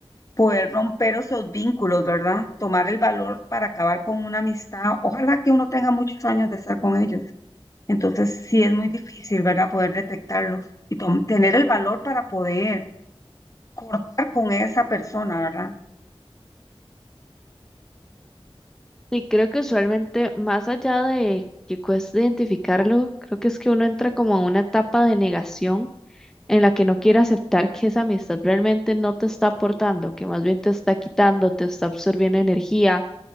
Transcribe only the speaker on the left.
poder romper esos vínculos, ¿verdad? Tomar el valor para acabar con una amistad. Ojalá que uno tenga muchos años de estar con ellos. Entonces sí es muy difícil, ¿verdad? Poder detectarlos y tom- tener el valor para poder cortar con esa persona, ¿verdad?